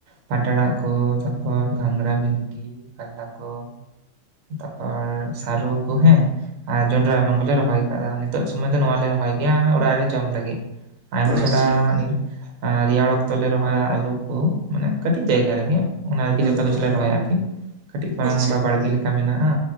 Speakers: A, on the right (about 80°); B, on the right (about 55°).
A: ᱯᱟᱴ ᱟᱲᱟᱜ ᱠᱚ ᱛᱟᱨᱯᱚᱨ ᱜᱷᱟᱝᱽᱨᱟ, ᱵᱷᱤᱱᱰᱤ ᱠᱟᱞᱞᱟ ᱠᱚ᱾ ᱛᱟᱨᱯᱚᱨ ᱥᱟᱨᱩ ᱠᱩᱦᱮᱸ ᱟᱨ ᱡᱚᱱᱰᱨᱟ ᱢᱟ ᱵᱟᱞᱮ ᱨᱚᱦᱚᱭ ᱠᱟᱜᱟ ᱱᱤᱛᱚᱜ ᱥᱚᱢᱚᱭ ᱫᱚ ᱱᱚᱣᱟᱞᱮ ᱨᱚᱦᱚᱭ ᱜᱮᱭᱟ ᱢᱟᱱᱮ ᱚᱲᱟᱜ ᱨᱮ ᱡᱚᱢ ᱞᱟᱹᱜᱤᱜ᱾ ᱟᱭᱢᱟ
B: ᱦᱩᱸ
A: ᱪᱷᱟᱰᱟ
B: ᱟᱪᱪᱷᱟ
A: ᱱᱤᱨᱩ ᱨᱮᱭᱟᱲ ᱚᱠᱛᱚ ᱞᱮ ᱨᱚᱦᱚᱭᱟ ᱟᱹᱞᱩ ᱠᱚ ᱢᱟᱱᱮ ᱠᱟᱹᱴᱤᱡ ᱡᱟᱭᱜᱟ ᱨᱮᱜᱮ᱾ ᱚᱱᱟ ᱟᱨᱠᱤ
B: ᱦᱩᱸ
A: ᱡᱚᱛᱚ ᱠᱤᱪᱷᱩ ᱞᱮ ᱨᱚᱦᱚᱭᱟ ᱟᱨᱠᱤ ᱠᱟᱹᱴᱤᱡ ᱯᱟᱨᱟᱝ
B: ᱟᱪᱪᱷᱟ
A: ᱱᱚᱝᱠᱟ ᱵᱟᱲᱜᱮ ᱞᱮᱠ ᱢᱮᱱᱟᱜᱼᱟ